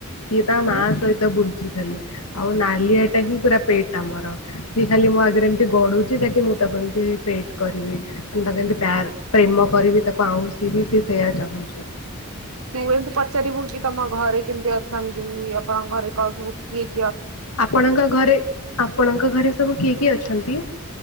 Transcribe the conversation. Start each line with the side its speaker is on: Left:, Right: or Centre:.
Left: ତ ଇଏ ତା
Right: ହୁଁ
Left: ମାଆ ସହିତ ବୁଜି ହାଲୋ ଆଉ ନାଲିଆ ଟା ହିଁ ପୁରା ପେଟ୍ ଆମର ସିଏ ଖାଲି ମୋ ଆଗରେ ଏମତି ଗଡୁଛି ତାକି ମୁଁ ତାକୁ ଏମିତି ପେଟ୍ କରିବି ତାକୁ ଏମିତି ପ୍ୟାର୍ ପ୍ରେମ କରିବି ତାକୁ ଆଉଁସିବି ସେ ସେୟା ଚାହୁଁଛି।
Right: ତିଉ ଏମିତି ପଚାରିବୁ କି ତମ ଘରେ କେମ୍ତି ଅଛନ୍ତି ଆପଣଙ୍କ୍ ଘରେ କଣ ସବୁ କି
Left: ଆପଣଙ୍କ ଘରେ ଆପଣଙ୍କ ଘରେସ୍ ସବୁ କିଏ କିଏ ଅଛନ୍ତି